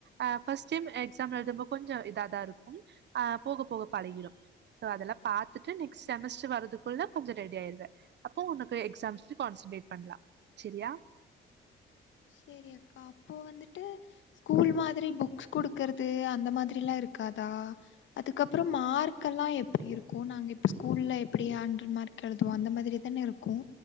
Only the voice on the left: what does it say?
சேரி அக்கா அப்போ வந்துட்டு ஸ்கூல் மாதிரி புக்ஸ் குடுக்குறது அந்த மாதிரிலா இருக்காதா அதுக்கப்புரோ மார்க்கெல்லா எப்டி இருக்கு நாங்க இப்போ ஸ்கூல்ல எப்டி ஹண்ட்ரட் மார்க் கழுதுவோ அந்த மாதிரிதான இருக்கு